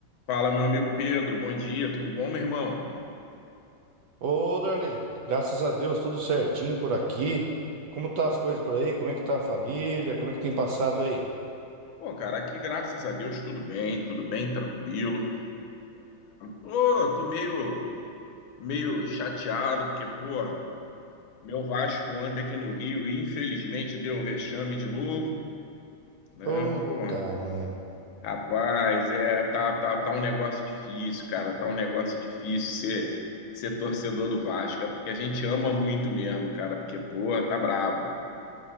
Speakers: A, on the left (about 80°); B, on the right (about 70°).
A: Fala, meu amigo Pedro, bom dia, tudo bom, meu irmão?
B: Ô, Darley, graças a Deus, tudo certinho por aqui. Como tá as coisas por aí? Como é que tá a família? Como é que tem passado aí?
A: Pô, cara, aqui graças a Deus tudo bem, tudo bem, tranquilo. Tô, tô meio, meio chateado porque, pô, meu Vasco ontem aqui no Rio, infelizmente deu vexame de novo, né?
B: Puta
A: Pô,
B: merda.
A: rapaz, é, tá, tá, tá um negócio difícil, cara, tá um negócio difícil ser, ser torcedor do Vasco, é porque a gente ama muito mesmo, cara, porque, pô, tá brabo.